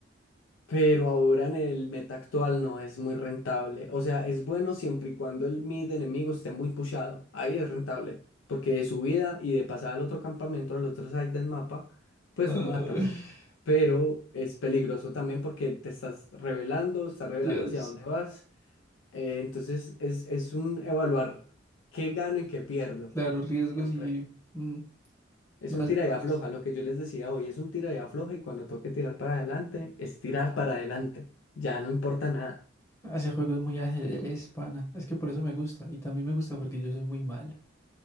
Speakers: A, on the left (about 85°); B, on the left (about 15°).
A: pero ahora en el meta actual no es muy rentable. O sea, es bueno siempre y cuando el mid enemigo esté muy pushado. Ahí es rentable, porque de subida y de pasada al otro campamento, al otro side del mapa, pues
B: <laughs>
A: lo matas. Pero es peligroso también porque te estás revelando, estás revelando
B: Dios.
A: hacia dónde vas. Eh, entonces es, es un evaluar qué gano y qué pierdo,
B: Claro, riesgos
A: siempre.
B: y... mm,
A: Es
B: no,
A: un
B: ese
A: tira
B: juego
A: y afloja,
B: es,
A: lo que yo les decía hoy, es un tira y afloja y cuando toque tirar para adelante, es tirar para adelante, ya no importa nada.
B: ese juego es muy ajedrez, pana. Es que por eso me gusta. Y también me gusta porque yo soy muy malo.